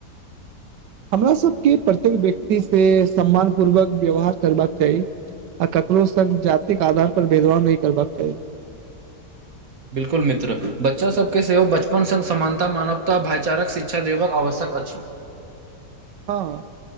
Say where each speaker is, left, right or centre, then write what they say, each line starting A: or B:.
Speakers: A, on the right; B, on the right.
A: हमरा सभ के प्रत्येक व्यक्ति से सम्मान पूर्वक व्यवहार करबाक चाही आ ककरो सभ जात के आधार पर भेदभाव नहि करबाक चाही
B: बिल्कुल मित्र बच्चासभकेँ सेहो बचपन सङ्ग समानता मानवता भाइचारक शिक्षा देबाक आवश्यक अछि।
A: हँ